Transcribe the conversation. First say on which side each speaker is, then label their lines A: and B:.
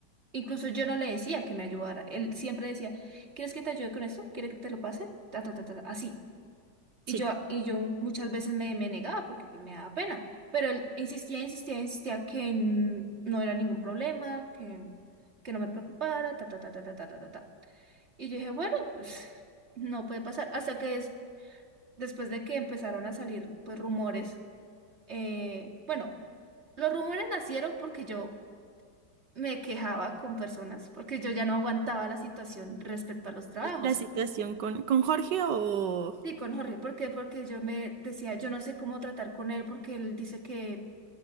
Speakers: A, on the right; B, on the right.
A: Incluso yo no le decía que me ayudara, él siempre decía, ¿quieres que te ayude con esto? ¿Quieres que te lo pase? Ta, ta, ta, ta, ta, así. Y
B: sí.
A: yo, y yo muchas veces me, me negaba porque pues me daba pena, pero él insistía, insistía, insistía que n- no era ningún problema, que, que no me preocupara, ta, ta, ta, ta, ta, ta, ta, ta. ta. Y yo dije, bueno, pues no puede pasar. Hasta que des- después de que empezaron a salir pues rumores, eh, bueno, los rumores nacieron porque yo me quejaba con personas, porque yo ya no aguantaba la situación respecto a los trabajos.
B: La situación con, con Jorge o
A: Sí, con Jorge, ¿por qué? Porque yo me decía, yo no sé cómo tratar con él porque él dice que